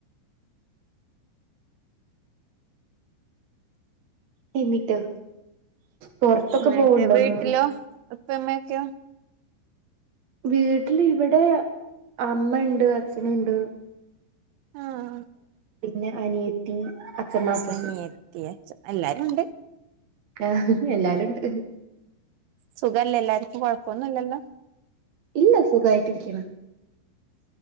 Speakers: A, on the right; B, on the right.
A: എന്നിട്ടോ പൊറത്തൊക്കെ
B: എന്നിട്ട്
A: പോവ് ണ്ടോന്ന്
B: വീട്ടിലോ ഉപ്പമ്മയൊക്കെയോ
A: വീട്ടിൽ ഇവിടെ അമ്മ ണ്ട് അച്ചന് ണ്ട്
B: ആഹ്
A: പിന്നെ അനിയത്തി അച്ഛമ്മ അച്ഛച്ചൻ
B: അനിയത്തി അച്ച എല്ലാരും ഉണ്ട്
A: ആഹ് എല്ലാരുണ്ട്
B: സുഖല്ലേ എല്ലാർക്കും കോഴപ്പൊന്നുല്ലല്ലോ
A: ഇല്ല സുഖായിട്ട് രിക്കുണ്